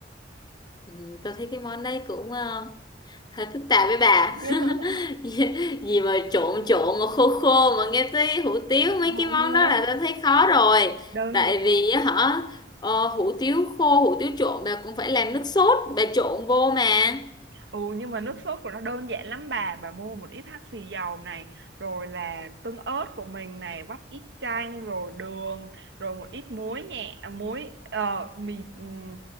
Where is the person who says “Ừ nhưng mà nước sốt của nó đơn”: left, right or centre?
Right